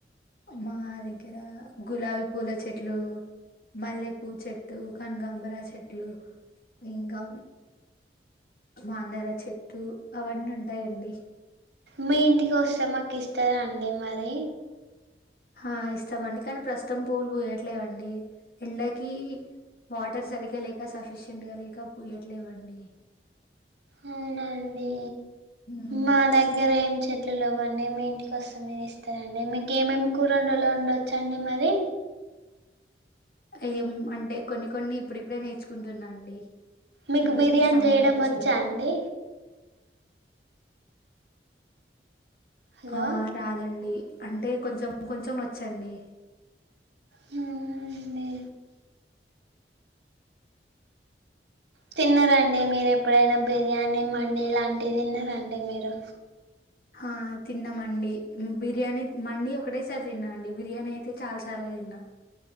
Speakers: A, on the left; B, on the right.
A: మా దగ్గర గులాబీ పూల చెట్లు మల్లెపూ చెట్టు కనకంబర చెట్లు ఇంకా మాందార చెట్టు అవన్నీ ఉంటాయండి
B: మీ ఇంటికి వస్తే మాకు ఇస్తారా అండి మరి
A: ఆ ఇస్తామండి కానీ ప్రస్తుతం పూలు పూయట్లేవండి ఎండకి వాటర్ సరిగ్గా లేక సఫిషియయంట్ గా లేక పూయ్యట్లేవండి
B: అవునండి
A: మ్
B: మా దగ్గర ఏం చెట్లులేవ్వండి మీ ఇంటికోస్త మీరు ఇస్తారండి మీకు ఏమేమి కూరలోన్ ఓండో చండి మరి
A: ఏం అంటే కొన్ని కొన్ని ఇప్పుడిప్పుడే నేర్చుకుంటున్నాఅండి
B: మీకు
A: ఈ
B: బిర్యానీ
A: సమ్మర్
B: చేయడం
A: హల్ డేస్లో
B: వచ్చా అండి హలో
A: ఆ రాదండి అంటే కొంచం కొంచం వచ్చండి
B: హ్ము అండి తిన్నరండి మీరు ఎప్పుడైనా బిర్యానీ మండి లాంటిద్ తిన్నారండి మీరు
A: ఆ తిన్నామండి బిర్యానీ మండి ఒకటేసారి తిన్నామండి బిర్యానీ అయితే చాలా సార్లు తిన్నా